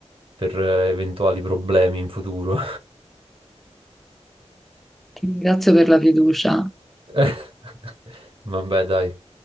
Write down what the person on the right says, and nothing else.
per eh, eventuali problemi in futuro.
<laughs> Vabbè, dai.